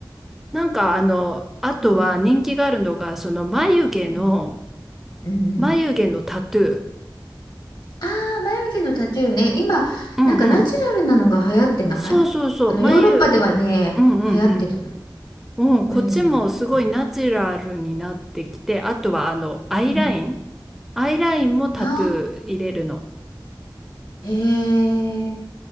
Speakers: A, in the centre; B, on the left (about 60°).
A: ー、なんかあの、あとは人気があるのが、
B: うん。
A: その眉毛の、
B: うん。うんうん。
A: 眉毛のタトゥー。
B: ああ、眉毛のタトゥーね。今、
A: うんうん。
B: なんかナチュラルなのが流行ってないあの、
A: そうそうそう。眉、
B: ヨーロッパではね、
A: うんうんうん。
B: 流行ってるの。
A: もうん、
B: 眉毛のタトゥー。
A: こっちもすごいナチュラルになってきて、あとはあの、アイライン。
B: うん。
A: アイラインもタトゥー入れるの。
B: ああ、へえ、